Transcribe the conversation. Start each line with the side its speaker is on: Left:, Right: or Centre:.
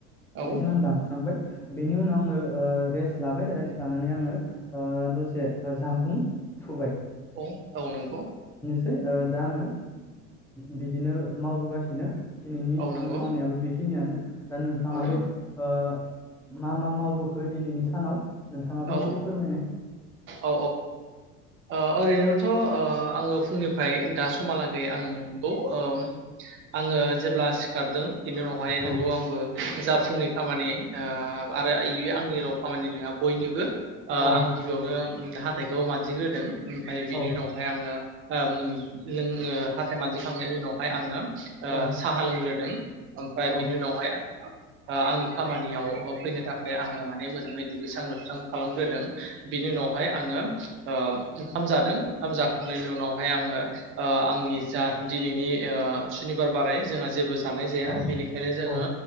Right: औ
Centre: बेजों आं दानस्रांबाय बेनि उनाव आङो ओ रेस्ट लाबाय रेस्ट लानानै आङो दसे जाम्बुं थुबाय।
Right: औ औ नंगौ
Centre: सै ओ दा आङो बिदिनो मावगासि दिनो दिनैनि
Right: औ नंगौ
Centre: आंनि मावनायाबो बे खिनियानो दा नोंथाङाबो
Right: औ औ
Centre: ओ मा मा मावबोखो दिनैनि सानाव नोंथाङाबो
Right: औ
Centre: एसे फोरमायनाय
Right: औ ओ ओरैनोथ' ओ आङो फुंनिफ्राय दा समहालागै आङो नंगौ ओ आङो जेब्ला सिखारदों बिनि उनावहाय
Centre: औ
Right: नोंगौ आंबो जा फुंनि खामानि ओ आरो इ आंनिल खामानि नङा बयनिबो ओ
Centre: औ
Right: आं गिबियावनो हाथायखौ मानजिग्रो दों ओमफाय बिनि
Centre: औ
Right: उनावहाय आङो ओम नों ओ हाथाय मानजिखांनायनि उनावहाय आङो
Centre: औ
Right: ओ साहा लोंग्रोदों ओमफ्राय
Centre: औ
Right: बिनि उनावहाय आंङो ओ‌ आंनि खामानियाव फैनो थाखाय आङो माने मोजाङै दुगैस्रां लोबस्रां खालामग्रोदों बिनि उनावहाय आङो ओम ओंखाम जादों ओंखाम जाखांनायनि उनावहाय आङो ओ आंनि जा दिनैनि सुनिबार बाराय जोंहा जेबो जानाय जाया
Centre: औ
Right: बेनिखायनो जोङो
Centre: औ